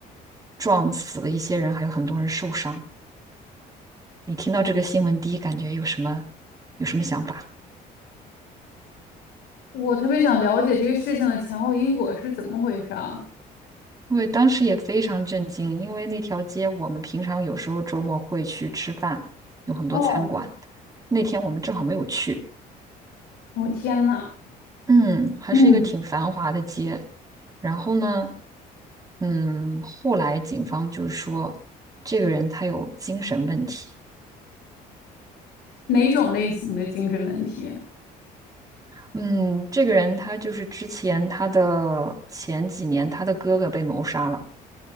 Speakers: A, on the right (about 20°); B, on the left (about 75°).
A: 撞死了一些人，还有很多人受伤。你听到这个新闻，第一感觉有什么有什么想法？
B: 我特别想了解这个事情的前后因果是怎么回事啊？
A: 我当时也非常震惊，因为那条街我们平常有时候周末会去吃饭，有很多餐馆。
B: 哦，
A: 那天我们正好没有去，
B: 我天呐，
A: 嗯，还是一个挺繁华的街。
B: 嗯，
A: 然后呢，嗯，后来警方就说这个人他有精神问题。
B: 哪种类型的精神问题？
A: 嗯，这个人他就是之前他的前几年他的哥哥被谋杀了。